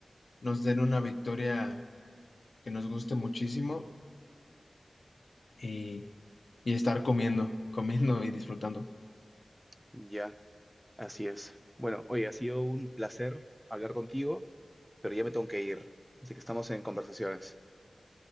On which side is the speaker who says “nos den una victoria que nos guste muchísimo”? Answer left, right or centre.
Left